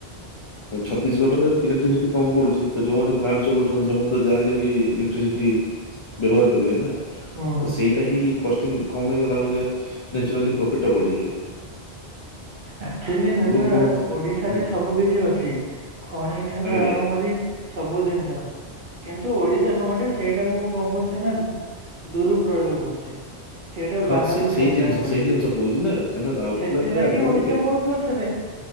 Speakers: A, on the left; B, on the right.
A: ଛତିସିଗଡ ରେ ଇଲେକ୍ଟ୍ରିସିଟି କମ ପଡୁଛି ତ ଯୋଉମାନେ ପ୍ଲାଣ୍ଟ ଚଲଉଛନ୍ତି ସେମାନେ ତ ଯାହାହଲେ ବି ଇଲେକ୍ଟ୍ରିସିଟି ବ୍ୟବହାର କରିବେ ।
B: ହୁଁ
A: ତ ସେଇଟା ହିଁ କଷ୍ଟିଂ କମ ହେଇଗଲା ମାନେ ନନ୍ୟଚୁରାଲି ପ୍ରଫିତି ଟା ବଢିଯିବ।
B: ଆଚୁଆଲି
A: ଆ
B: ଭାଇନା
A: ଆଗରୁ କଣ ହଉ
B: ଓଡିସାରେ
A: ହୁଁ
B: ସବୁ କିଛି ଅଛି ଖଣି ଠାରୁ
A: ଆଜ୍ଞା
B: ଆରମ୍ଭ କରି ସବୁ ଜିନିଷ। କିନ୍ତୁ ଓଡିଶା ଗମେଟେ ସେଇଟାକୁ କଣ କରୁଛି ନା ଦୁରୁପ୍ରୟୋଗ କରୁଛି। ସେଇଟା
A: ହଁ
B: ବାହାରକୁ
A: ସେ ସେଇ
B: ସପ୍ଲାଏ
A: ଜିନିଷ
B: କରୁଛି
A: ସେଇ ଜିନିଷ କହୁଛି ନା କାହିଁକିନା ରାଉରକେଲାରେ
B: ସେଥିଲାଗି
A: ଆଗରୁ
B: ଓଡିଶା
A: ଏ
B: ବହୁତ ପଛରେ।